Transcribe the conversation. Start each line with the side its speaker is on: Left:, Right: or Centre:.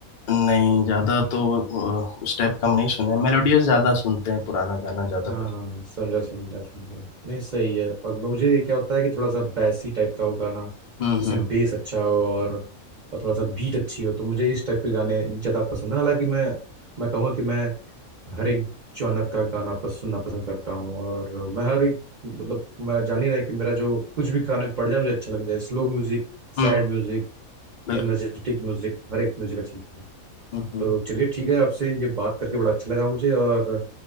Left: नहीं ज्यादा तो अ, उस टाइप का हम नहीं सुने मेलोडियस ज्यादा सुनते हैं पुराना गाना ज्यादा
Right: हाँ
Left: पसंद
Right: समझा समझा समझा नहीं सही है और मुझे क्या होता है कि थोड़ा सा बैसी टाइप का हो गाना
Left: हम्म
Right: जिसमें
Left: हम्म
Right: बेस अच्छा हो और, और थोड़ा सा बीट अच्छी हो तो मुझे इस टाइप के गाने ज़्यादा पसंद है हालांकि मैं मैं कहूँगा कि मैं हर एक जॉनर का गाना पस, सुनना पसंद करता हूँ और मैं हर एक मतलब मैं जान ही रहा है कि मेरा जो कुछ भी कान में पड़ जाए मुझे अच्छा लग जाए slow music
Left: हम्म
Right: sad music
Left: बिल्कुल
Right: energetic music हर एक म्यूजिक अच्छा लगता है
Left: हम्म हम्म
Right: तो चलिए ठीक है आपसे ये बात करके बड़ा अच्छा लगा मुझे और